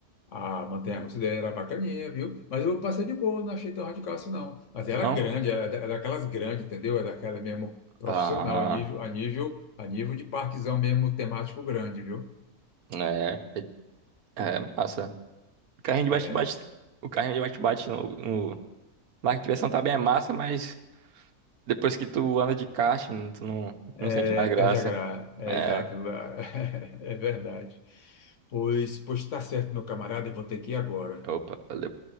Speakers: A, on the left; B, on the right.
A: a, a montanha-russa dele era bacaninha, viu? Mas eu passei de boa, não achei tão radical assim não. Mas era
B: não?
A: grande, era, da- era daquelas grandes, entendeu? Era daquela mesmo profissional,
B: Ah,
A: a nível, a nível, a nível de parquezão mesmo temático grande, viu?
B: é, é, é massa. O carrinho de
A: É,
B: bate-bate, o carrinho de bate-bate no, no... na arquitração também é massa, mas depois que tu anda de kart, hum, tu não,
A: é,
B: não sente mais graça.
A: perde a graça. É
B: É,
A: exato, <laughs> é verdade. Pois, pois tá certo, meu camarada, eu vou ter que ir agora.
B: opa, valeu.